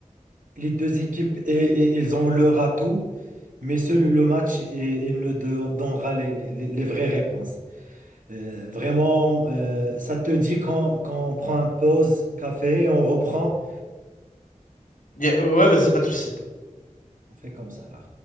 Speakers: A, on the right; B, on the left.
A: Les deux équipes, et, et- ils ont leur atout, mais seul le match, et, il ne don- donnera les, les- les vraies réponses. Euh, vraiment, euh, ça te dit qu'on qu'on prend un pause café, on reprend,
B: Y a- Ouais, vas-y, pas de souci.
A: on fait comme ça là.